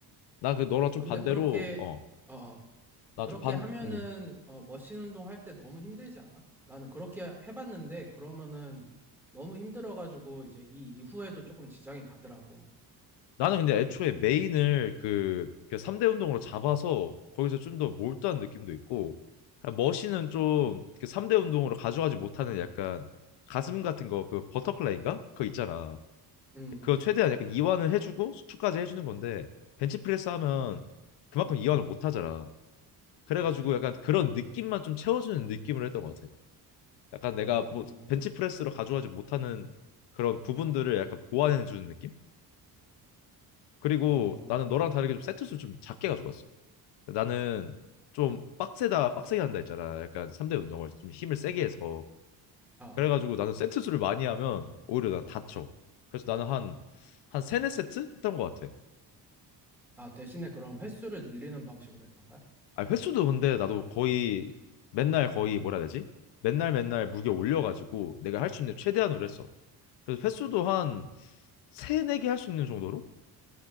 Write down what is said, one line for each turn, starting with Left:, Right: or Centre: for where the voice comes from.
Left: 나 그 너랑 좀
Centre: 근데
Left: 반대로
Centre: 그렇게
Left: 어,
Centre: 어어
Left: 나
Centre: 그렇게
Left: 좀 반,
Centre: 하면은
Left: 음.
Centre: 어, 머신 운동 할 때 너무 힘들지 않아? 나는 그렇게 해봤는데 그러면은 너무 힘들어가지고 이제 이 이후에도 조금 지장이 가더라고.
Left: 나는 근데 애초에 메인을 그, 그 3대 운동으로 잡아서 거기서 좀 더 몰두한 느낌도 있고 아, 머신은 좀 그 3대 운동으로 가져가지 못하는 약간 가슴 같은 거 그 버터플라이인가? 그거 있잖아.
Centre: 음,
Left: 그건 최대한 약간 이완을 해주고 수축까지 해주는 건데 벤치프레스 하면 그만큼 이완을 못 하잖아. 그래가지고
Centre: 그치.
Left: 약간 그런 느낌만 좀 채워주는 느낌으로 했던 것 같아. 약간 내가
Centre: 어,
Left: 뭐 벤치프레스로 가져가지 못하는 그런 부분들을 약간 보완해 주는 느낌? 그리고
Centre: 어,
Left: 나는 너랑 다르게 좀 세트 수 좀 작게 가져갔어. 나는 좀 빡세다 빡세게 한다 했잖아. 약간 3대 운동을 좀 힘을 세게 해서
Centre: 아,
Left: 그래가지고 나는 세트 수를 많이 하면 오히려 난 다쳐. 그래서 나는 한 한 세네 세트 했던 것 같아.
Centre: 아 대신에 그럼 횟수를 늘리는 방식으로 했던 거야?
Left: 아 횟수도 근데 나도 거의 맨날 거의 뭐라 해야 되지? 맨날 맨날 무게 올려가지고 내가 할 수 있는 최대한으로 했어. 그래서 횟수도 한 세네 개 할 수 있는 정도로